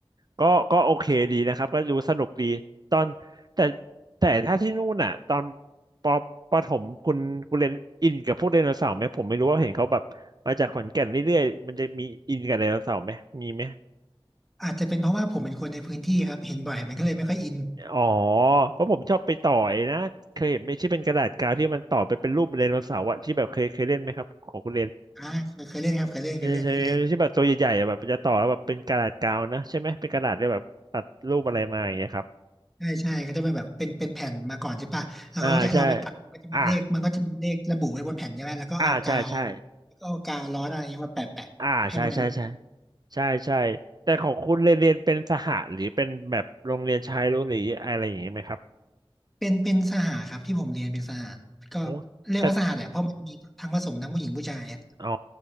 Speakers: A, on the right; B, in the centre.
A: ก็ก็โอเคดีนะครับก็ดูสนุกดีตอนแต่แต่ถ้าที่นู่นอ่ะตอนปประถมคุณคุณเรียนอินกับพวกไดโนเสาร์ไหมผมไม่รู้ว่าเห็นเขาแบบมาจากขอนแก่นเรื่อยๆมันจะมีอินกับไดโนเสาร์ไหมมีไหม
B: อาจจะเป็นเพราะว่าผมเป็นคนในพื้นที่ครับเห็นบ่อยมันก็เลยไม่ค่อยอิน
A: อ๋อเพราะผมชอบไปต่อไอ้นะเคยเห็นไหมที่เป็นกระดาษกาวที่มันต่อไปเป็นรูปไดโนเสาร์อะที่แบบเคยเคยเล่นไหมครับของคุณเรียน
B: อ่าเคยเคยเล่นครับเคยเล่นเคยเล่นเคยเล่น
A: ใช่ที่แบบตัวใหญ่ๆอะแบบจะต่อแล้วแบบเป็นกระดาษกาวนะใช่ไหมเป็นกระดาษที่แบบตัดรูปอะไรมาอย่างเงี้ยครับ
B: ใช่ใช่เขาจะเป็นแบบเป็นเป็นแผ่นมาก่อนใช่ปะแล้วเขาก็จะให้เราไปตัดก็จะมีเลขมันก็จะมีเลขระบุไว้บนแผ่นใช่ไหมแล้วก็เอากาว
A: อ่าใช่อ่าอ่าใช่ใช่
B: แล้วก็เอากาวร้อนอะไรเงี้ยมาแปะแปะให้มันเป็นรูป
A: อ่าใช่ใช่ใช่ใช่ใช่แต่ของคุณเรียนเรียนเป็นสหะหรือเป็นแบบโรงเรียนชายล้วนหรืออะไรอย่างนี้ไหมครับ
B: เป็นเป็นสหครับที่ผมเรียนเป็นสหก็
A: โอ้แต่
B: เรียกว่าสหแหละเพราะมันมีทั้งผสมทั้งผู้หญิงผู้ชายอะ
A: อ๋อ